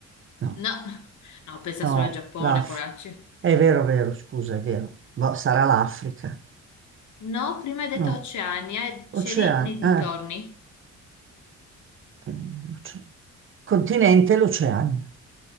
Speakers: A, on the right (about 45°); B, on the left (about 70°).
A: no,
B: No, <laughs> no, pensa
A: no,
B: solo al Giappone,
A: l'Af.
B: poracci.
A: È vero, vero, scusa, è vero, Boh, sarà l'Africa.
B: No, prima hai detto
A: No,
B: Oceania e c'eri
A: Oceania,
B: nei dintorni,
A: eh, eh, l'oce- continente l'Oceania,